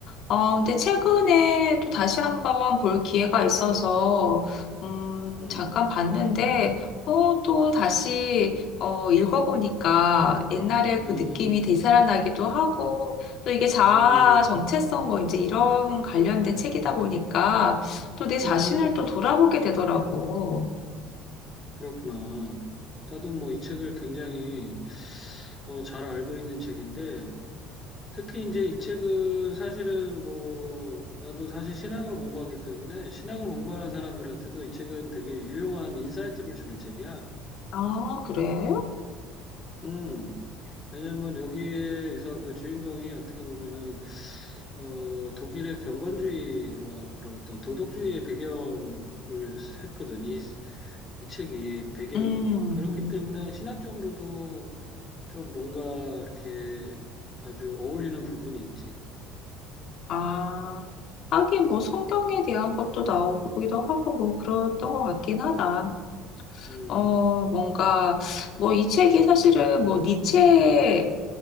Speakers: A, on the left; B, on the left.
A: 어,
B: 음,
A: 근데 최근에 또 다시 한번 볼 기회가 있어서, 음,
B: 음,
A: 잠깐 봤는데, 어, 또 다시, 어, 읽어보니까 옛날에
B: 음,
A: 그 느낌이 되살아나기도 하고, 또 이게 자아
B: 음,
A: 정체성 뭐 이제 이런 관련된 책이다 보니까, 또 내 자신을
B: 음,
A: 또 돌아보게 되더라고.
B: 그렇구나. 나도 뭐 이 책을 굉장히 어, 잘 알고 있는 책인데, 특히 이제 이 책은 사실은 뭐, 나도 사실 신학을 공부하기 때문에 신학을 공부하는 사람들한테도 이 책은 되게 유용한 인사이트를 주는 책이야.
A: 아, 그래?
B: 음, 왜냐면 여기에서 그 주인공이 어떻게 보면은 어, 독일의 경건주의와 그런 어떤 도덕주의의 배경을 했거든. 이, 이 책이 배경이.
A: 음,
B: 그렇기
A: 음.
B: 때문에 신학적으로도 좀 뭔가 이렇게 아주 어울리는 부분이 있지.
A: 아, 하긴 뭐 성경에 대한 것도 나오기도 하고 뭐 그랬던 것 같긴 하다.
B: 음,
A: 어, 뭔가, 뭐, 이 책이 사실은 뭐, 니체의